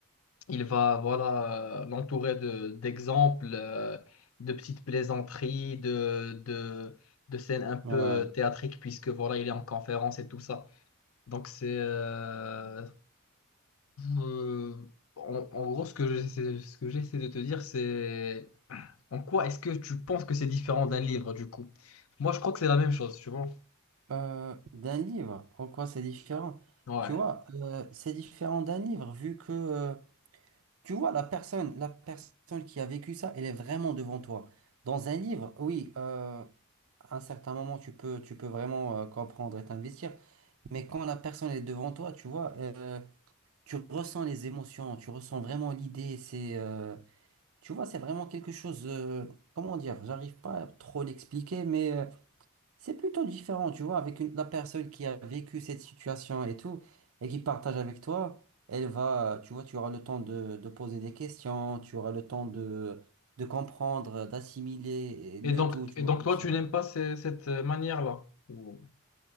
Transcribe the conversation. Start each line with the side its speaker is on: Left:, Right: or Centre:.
Left: il va, voilà, euh, l'entourer de, d'exemples, euh, de petites plaisanteries, de, de, de scènes un peu
Right: ouais.
Left: euh, théâtriques puisque voilà, il est en conférence et tout ça. Donc c'est euh, euh, en, en gros ce que j'essaie, ce que j'essaie de te dire, c'est en quoi est-ce que tu penses que c'est différent d'un livre du coup? Moi je crois que c'est la même chose, tu vois.
Right: euh, d'un livre. En quoi c'est différent?
Left: Ouais.
Right: Tu vois, euh, c'est différent d'un livre vu que, euh, tu vois, la personne, la personne qui a vécu ça, elle est vraiment devant toi. Dans un livre, oui, euh, à un certain moment, tu peux, tu peux vraiment euh, comprendre et t'investir. Mais quand la personne est devant toi, tu vois, euh, tu ressens les émotions, tu ressens vraiment l'idée. C'est, euh, tu vois, c'est vraiment quelque chose. euh, comment dire? J'arrive pas à trop l'expliquer, mais euh, c'est plutôt différent, tu vois, avec une- la personne qui a vécu cette situation et tout, et qui partage avec toi, elle va, tu vois, tu auras le temps de, de poser des questions, tu auras le temps de, de comprendre, d'assimiler le
Left: Et donc,
Right: tout, tu
Left: et
Right: vois.
Left: donc toi
Right: c'est-
Left: tu n'aimes pas ces- cette euh, manière-là? Ou-